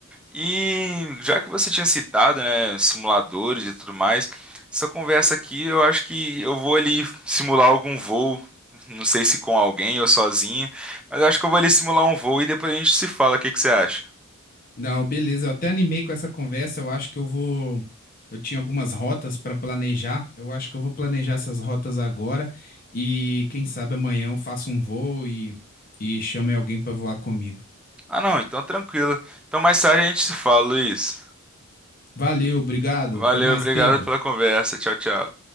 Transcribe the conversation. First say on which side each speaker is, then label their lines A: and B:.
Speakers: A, in the centre; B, on the left (about 40°).
A: E já que você tinha citado, né, simuladores e tudo mais, essa conversa aqui eu acho que eu vou ali simular algum voo, não sei se com alguém ou sozinho, mas eu acho que eu vou ali simular um voo e depois a gente se fala, o que que você acha?
B: Não, beleza. Eu até animei com essa conversa. Eu acho que eu vou. Eu tinha algumas rotas para planejar. Eu acho que eu vou planejar essas rotas agora. E quem sabe amanhã eu faço um voo e, e chame alguém para voar comigo.
A: Ah, não, então tranquilo. Então mais tarde a gente se fala, Luiz.
B: Valeu, obrigado.
A: Valeu,
B: Até mais,
A: obrigado
B: Pedro.
A: pela conversa. Tchau, tchau.